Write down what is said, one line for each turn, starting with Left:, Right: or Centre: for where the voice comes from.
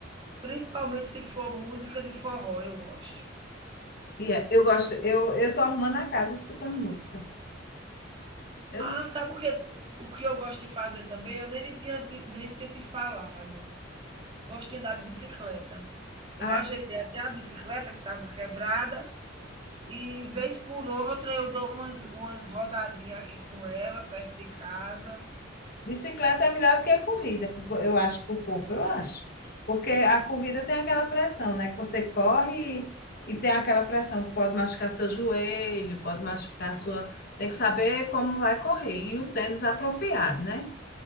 Right: Principalmente se for música de forró, eu gosto.
Left: E é, eu gosto, eu, eu tô arrumando a casa escutando música. Eu,
Right: Ah, sabe o que, o que eu gosto de fazer também? Eu nem tinha, nem tinha te falado. Gosto de andar de bicicleta. Eu
Left: a
Right: ajeitei até a bicicleta que estava quebrada e vez por outra eu dou umas umas rodadinhas aqui com ela perto de casa.
Left: bicicleta é melhor do que a corrida, pro- eu acho, para o corpo, eu acho. Porque a corrida tem aquela pressão, né? Que você corre e, e tem aquela pressão que pode machucar seu joelho, pode machucar sua. Tem que saber como vai correr. E o tênis apropriado, né?